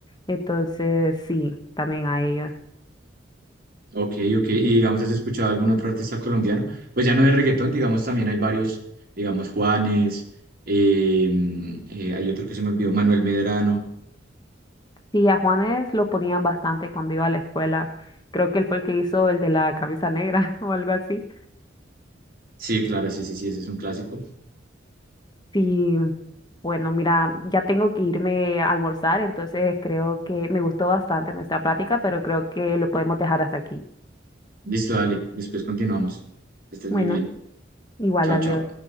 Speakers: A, on the left; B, on the right.
A: entonces sí, también a ellos.
B: Ok, ok, y digamos, ¿has escuchado algún otro artista colombiano? Pues ya no de reggaetón, digamos, también hay varios, digamos, Juanes, eh, eh, hay otro que se me olvidó, Manuel Medrano.
A: Sí, a Juanes lo ponían bastante cuando iba a la escuela, creo que él fue el que hizo el de la camisa negra <laughs> o algo así.
B: Sí, claro, sí, sí, sí, ese es un clásico.
A: Sí, Bueno, mira, ya tengo que irme a almorzar, entonces creo que me gustó bastante nuestra plática, pero creo que lo podemos dejar hasta aquí.
B: Listo, dale, después continuamos. Estés
A: Bueno,
B: muy bien.
A: igual,
B: Chao,
A: adiós.
B: chao.